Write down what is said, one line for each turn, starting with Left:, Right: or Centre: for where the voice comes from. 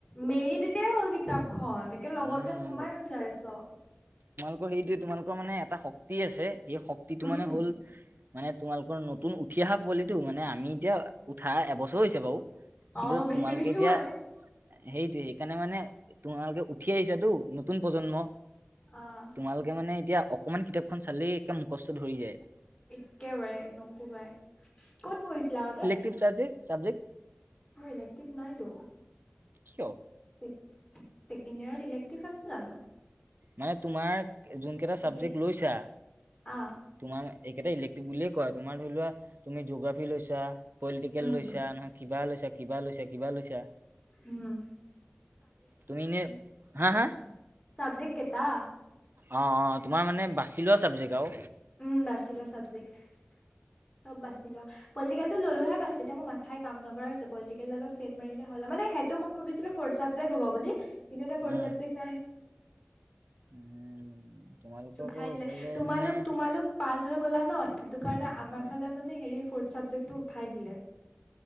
Left: মেলি দিলেই হ'ল কিতাপখন একে লগতে
Right: উম
Left: সোমায়ে যায় চব।
Right: অ, সেইটোৱে তোমালোকৰ মানে এটা শক্তি আছে সেই শক্তিটো
Left: উম
Right: মানে হ'ল মানে তোমালোকৰ নতুন উঠি আহা পোৱালিটো মানে আমি এতিয়া উঠা এবছৰ হৈছে বাও কিন্তু
Left: অ বেছি
Right: তোমালোকে
Left: দিনো
Right: এতিয়া
Left: হোৱা নাই।
Right: সেইটোয়েই সেইকাৰণে মানে তোমালোকে উঠি আহিছাতো নতুন প্ৰজন্ম।
Left: অঁ।
Right: তোমালোকে মানে এতিয়া অকণমান কিতাপখন চালেই একে মুখস্থ ধৰি যায়।
Left: একেবাৰে নকবাই, ক'ত পঢ়িছিলা আগতে?
Right: তিভ চাবজেক চাবজেক?
Left: মোৰ ইলেক্টিভ নাইতো।
Right: কিয়?
Left: ছেকেণ্ড ইয়েৰত ইলেক্টিভ আছে জানো?
Right: নাই তোমাৰ যোন কেইটা চাবজেক্ট
Left: যি
Right: লৈছা
Left: আ
Right: তোমাৰ এইকেইটা ইলেক্টিভ বুলিয়ে কয়। তোমাৰ ধৰি লোৱা তুমি জৈগ্ৰাফী ফি লৈছা পলিটিকেল
Left: উম
Right: লৈছা নহয় কিবা লৈছা কিবা লৈছা কিবা লৈছা।
Left: হুম।
Right: তুমি ইনে হা হা?
Left: ছাবজেক কেটা?
Right: অঁ অঁ তোমাৰ মানে বাচি লোৱা ছাবজেক্ট আও।
Left: উম বাচি লোৱা চাবজেক্ট চব বাচি লোৱা। পলটিকেলটো ল'লোহে, বাছি এতিয়া মোৰ মাথাই কাম নকৰা হৈছে, পলটিকেল ডালত ফেইল মাৰিলে হ'ল আৰু, মানে সেইটো মই ভাবিছিলোঁ ফৰ্ট চাবজেক হব বুলি, কিন্তু এতিয়া ফৰ্ট
Right: উম,
Left: চাবজেক্ট নাই।
Right: উম তোমালোকৰ
Left: উঠাই
Right: আকৌ
Left: দিলে,
Right: এইফালে
Left: তোমালোক,
Right: মানে
Left: তোমালোক পাছ হৈ গলা ন, সেইটো কাৰণে আমাৰ
Right: উ
Left: ফালে মানে হেৰি ফৰ্ট চাবজেক্টটো উঠাই দিলে।